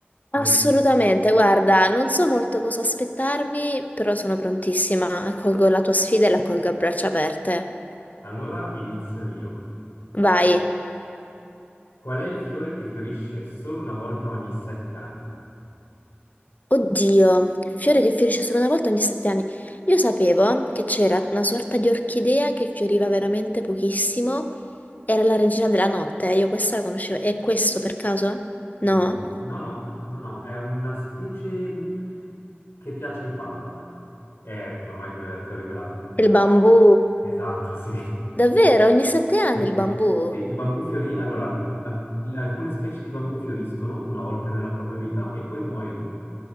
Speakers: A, on the left; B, on the left.
A: Ve-
B: Assolutamente, guarda, non so molto cosa aspettarmi, però sono prontissima. Accolgo la tua sfida e l'accolgo a braccia aperte.
A: Allora inizio io.
B: Vai.
A: Qual è il fiore che fiorisce solo una volta ogni sette anni?
B: Oddio, fiore che fiorisce solo una volta ogni sette anni. Io sapevo che c'era una sorta di orchidea che fioriva veramente pochissimo. Era la regina della notte, io questa la conoscevo. È questo per caso? No?
A: No, no, no, no, no, è una specie che piace ai panda. Eh, ormai ti ho, ti ho rivelato tutto.
B: Il bambù.
A: Esatto, sì. <laughs>
B: Davvero, ogni sette anni
A: Sì,
B: il bambù?
A: sì, il bambù fiorì, allora, al- alcune specie di bambù fioriscono una volta nella propria vita e poi muoiono.